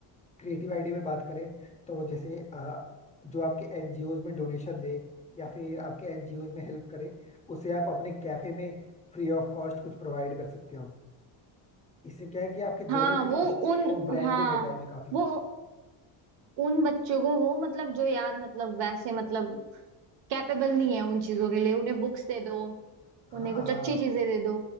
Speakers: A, on the left; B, on the right.
A: क्रिएटिव आइडिया में बात करें तो जैसे अ, जो आपके एनजीओज में डोनेशन दे या फिर आपके एनजीओज में हेल्प करे उसे आप अपने कैफे में फ्री ऑफ कॉस्ट कुछ प्रोवाइड कर सकते हो इससे क्या है कि आपकी
B: हाँ
A: दोनों की
B: वो
A: ना
B: उन
A: वो ब्रांडिंग
B: हाँ
A: हो जाएगी काफी
B: वो उन बच्चों को वो मतलब जो यार मतलब वैसे मतलब कैपेबल नहीं है उन चीजों के लिए उन्हें बुक्स दे दो
A: हाँ
B: उन्हें कुछ
A: हाँ
B: अच्छी चीजें दे दो